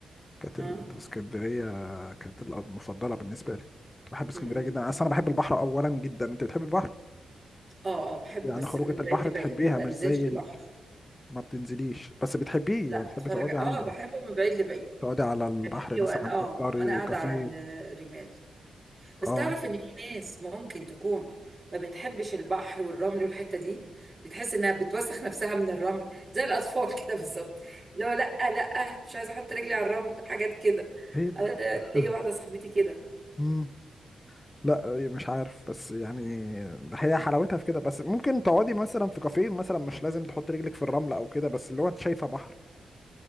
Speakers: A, on the left; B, on the right.
A: كانت
B: اه
A: الاسكندريه كانت المفضله بالنسبه لي كنت بحب اسكندريه
B: م-
A: جدا
B: م.
A: اصل انا بحب البحر اولا جدا انت بتحب البحر
B: اه اه بحبه
A: يعني
B: بس
A: خروجه
B: من
A: البحر
B: بعيد لبعيد
A: تحبيها
B: ما
A: مش
B: بنزلش
A: زي
B: البحر
A: ال... ما بتنزليش بس بتحبيه
B: لا
A: يعني بتحبي
B: اتفرج
A: تقعدي عنده
B: اه بحبه من بعيد لبعيد
A: تقعدي على البحر
B: حبيبي وانا
A: مثلا
B: اه
A: تفطري
B: وانا قاعده
A: كافيه
B: على الرمال بس
A: اه
B: تعرف ان في ناس ممكن تكون ما بتحبش البحر والرمل والحته دي بتحس انها بتوسخ نفسها من الرمل زي الاطفال <laughs> كده بالظبط اللي هو لا لا مش عايزه احط رجلي على الرمل حاجات كده
A: ايه ده
B: انا
A: <laughs>
B: ليا واحده صاحبتي كده
A: مم. لا مش عارف بس يعني هي حلاوتها في كده بس ممكن تقعدي مثلا في كافيه مثلا مش لازم تحط رجلك في الرمل او كده بس اللي هو انت شايفه بحر